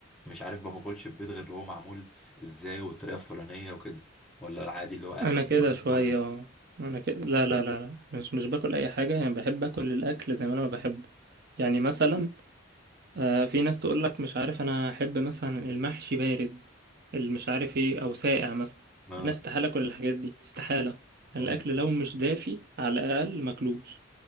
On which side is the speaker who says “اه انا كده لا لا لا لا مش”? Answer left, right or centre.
Right